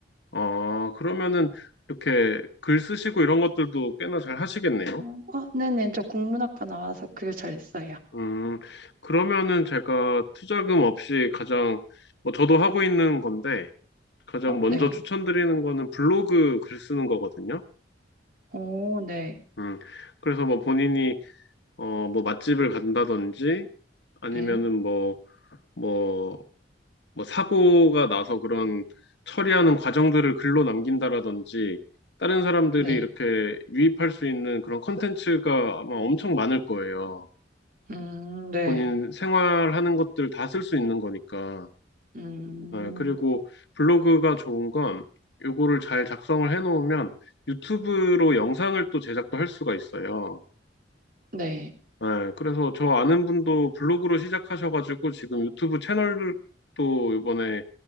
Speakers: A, on the left (about 65°); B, on the right (about 50°).
A: 아, 그러면은 이렇게 글 쓰시고 이런 것들도 꽤나 잘 하시겠네요.
B: 어, 어, 네네. 저 국문학과 나와서 글 잘 써요.
A: 음, 그러면은 제가 투자금 없이 가장, 뭐 저도 하고 있는 건데, 가장
B: 어,
A: 먼저
B: 네.
A: 추천드리는 거는 블로그 글 쓰는 거거든요.
B: 오, 네.
A: 음, 그래서 뭐 본인이, 어, 뭐 맛집을 간다든지, 아니면은
B: 네.
A: 뭐, 뭐, 뭐 사고가 나서 그런 처리하는 과정들을 글로 남긴다라든지, 다른 사람들이
B: 네.
A: 이렇게 유입할 수 있는 그런 컨텐츠가 아마 엄청 많을 거예요.
B: 음, 네.
A: 본인 생활하는 것들 다 쓸 수 있는 거니까.
B: 음,
A: 네, 그리고 블로그가 좋은 건 요거를 잘 작성을 해놓으면 유튜브로 영상을 또 제작도 할 수가 있어요.
B: 네.
A: 네, 그래서 저 아는 분도 블로그로 시작하셔가지고 지금 유튜브 채널도 이번에